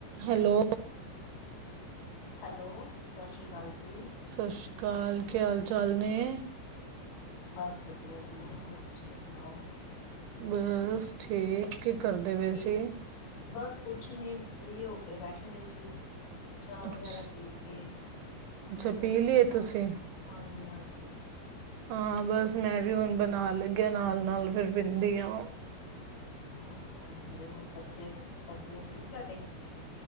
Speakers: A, on the right (about 75°); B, on the left (about 85°).
A: Hello.
B: Hello, ਸਾ ਸ਼੍ਰੀ ਕਾਲ ਜੀ।
A: ਸ ਸ਼੍ਰੀ ਕਾਲ, ਕੀ ਹਾਲ-ਚਾਲ ਨੇ?
B: ਬਸ ਵਧੀਆ ਜੀ, ਹੋਰ ਤੁਸੀਂ ਸੁਣਾਓ?
A: ਬਸ ਠੀਕ, ਕੀ ਕਰਦੇ ਪਏ
B: ਕੀ
A: ਸੀਂ?
B: ਬਸ ਕੁਛ ਨੀ, ਫ੍ਰੀ ਹੋ ਕੇ ਬੈਠੇ ਦੇ ਸੀ। ਚਾਹ ਵਗੈਰਾ
A: ਅੱਛਾ
B: ਪੀ ਕੇ, ਮੈਂ
A: ਅੱਛਾ
B: ਸੋਚ
A: ਪੀ
B: ਰੀ
A: ਲਈਏ
B: ਸੀ ਤਾਨ--ਹਾਂਜੀ
A: ਤੁਸੀਂ
B: ਹਾਂਜੀ।
A: ਹਾਂ, ਬਸ ਮੈਂ ਵੀ ਹੁਣ ਬਣਾਣ ਲੱਗੀ ਆ ਨਾਲ-ਨਾਲ ਫਿਰ ਪੀਂਦੀ ਆਂ। <inaudible>
B: ਅੱਛਾ, ਤੇ ਓ ਬੱਚੇ, ਬੱਚੇ ਠੀਕ ਤਾਡੇ?